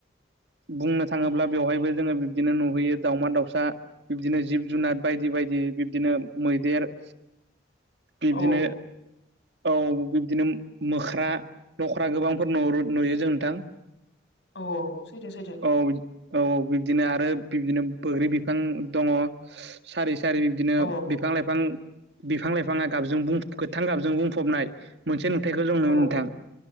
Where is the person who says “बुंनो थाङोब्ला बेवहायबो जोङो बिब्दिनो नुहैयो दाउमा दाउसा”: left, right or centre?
Right